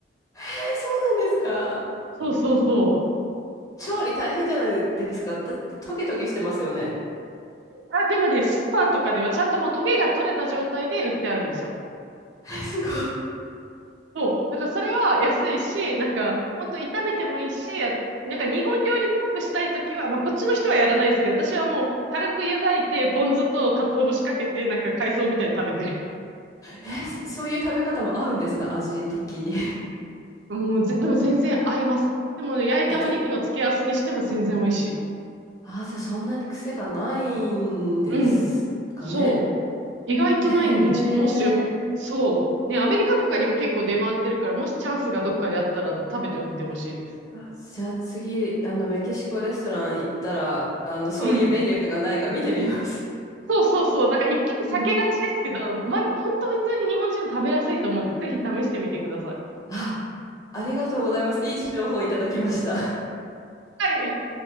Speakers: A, on the left; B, on the right.
A: へえ、そうなんですか。
B: そうそうそう。
A: 調理大変じゃないですか。だってトゲトゲしてますよね。
B: あ、でもね、スーパーとかではちゃんともうトゲが取れた状態で売ってあるんですよ。
A: えすごい。
B: そう。だからそれは安いし、なんか、ほんと炒めてもいいし、やなんか日本料理っぽくしたいときは、まあこっちの人はやらないですけど、私はもう軽く湯がいて、ポン酢と鰹節かけて、なんか海藻みたいに食べてる。
A: え、そそういう食べ方も合うんですか味的に。
B: <laughs> もうぜ、でも全然合います。でもね、
A: <laughs>
B: 焼いたお肉の付け合わせにしても全然美味しい。
A: え、じゃあ、あ、じゃあそんなに癖がないんですかね。
B: うん。そう。意外とないんで、
A: へえ。
B: ちょっともしよ、そう。ね、アメリカとかにも結構出回ってるから、もしチャンスがどっかであったら食べてみてほしいです。
A: あ、じゃあ次、あの、メキシコレストラン行ったら、あの、そういうメニューがないか見てみます。
B: うん。そうそうそう。なんか一見避けがちですけど、
A: うんうん
B: ま、本当普通に日本人食べやすいと思うんで、ぜひ試してみてください。
A: <laughs> あ、ありがとうございます。いい情報いただきました。
B: はい。